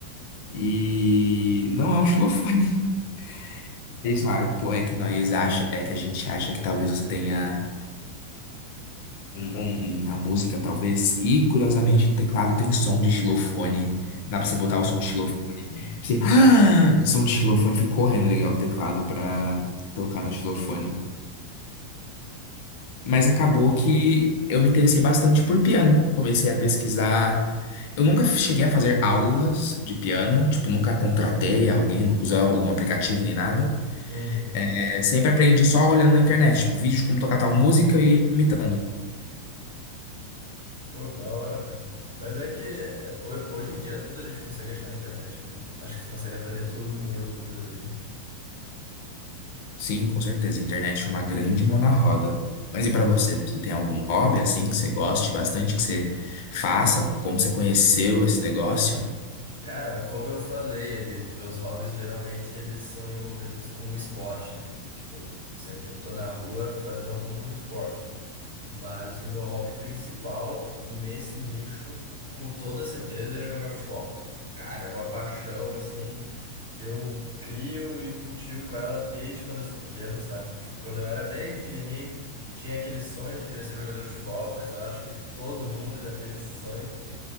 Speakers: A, on the left; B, on the right.
A: E não é um xilofone. <laughs> Eles falaram, pô, é que nós acha, é que a gente acha que talvez você tenha um na música, talvez. E curiosamente no teclado tem som de xilofone. Dá pra você botar o som de xilofone. Você, <gasps> ah, som de xilofone, fui correndo ligar o teclado pra tocar no xilofone. Mas acabou que eu me interessei bastante por piano. Comecei a pesquisar. Eu nunca cheguei a fazer aulas de piano, tipo, nunca contratei alguém, nunca usei algum aplicativo nem nada.
B: Uhum.
A: É, sempre aprendi só olhando na internet, tipo, vídeos de como tocar tal música e imitando.
B: Pô, que da hora, cara. Mas é que é, ho- hoje em dia tudo a gente consegue achar na internet, né? Acho que tu consegue aprender tudo com o YouTube da vida.
A: Sim, com certeza, internet é uma grande mão na roda. Mas e pra você? Você tem algum hobby assim que você goste bastante, que você faça? Como você conheceu esse negócio?
B: Cara, como eu falei ali, os meus hobbies geralmente eles são envolvidos com o esporte, né? Tipo, eu sempre tô na rua fazendo algum esporte. Mas o meu hobby principal nesse nicho, com toda certeza, era jogar futebol. Tipo, cara, é uma paixão, assim, que eu crio e cultivo ela desde quando eu sou pequeno, sabe? Tipo, quando eu era bem pequenininho, tinha aquele sonho de querer ser jogador de futebol, mas eu acho que todo <laughs> mundo já teve esse sonho.